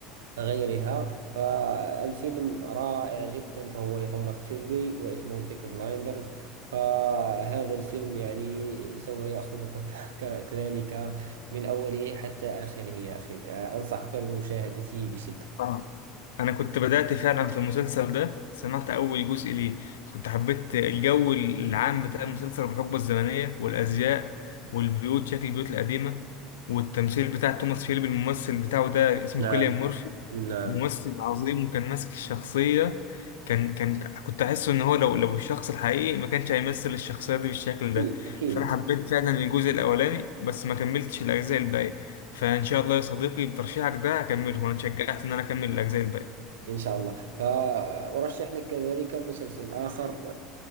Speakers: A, on the right; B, on the left.
A: وغيرها فالفيلم رائع جدا فهو لتوماس شيلبي واسمه بيك بلايندرز فهذا الفيلم يعني سوف يأخذك ك- ك- كذلك من أوله حتى آخره يا أخي آه، أنصحك بمشاهدته بشدة
B: اه انا كنت بدأت فعلا في المسلسل ده سمعت اول جزء ليه كنت حبيت الجو العام بتاع المسلسل والحقبة الزمنية والازياء والبيوت شكل البيوت القديمة والتمثيل بتاع توماس شيلبي الممثل بتاعه ده اسمه
A: نعم
B: كيليان مورفي
A: نعم
B: ممثل عظيم وكان ماسك الشخصية كان كان كنت أحسه إن هو لو لو الشخص الحقيقي ما كانش هيمثل الشخصية دي بالشكل ده
A: أكيد أكيد
B: فأنا حبيت فعلا الجزء الأولاني بس ما كملتش الأجزاء الباقية فإن شاء الله يا صديقي بترشيحك ده هكمله وأنا اتشجعت إن أنا أكمل الأجزاء الباقية
A: إن شاء الله فأرشح لك كذلك مسلسل آخر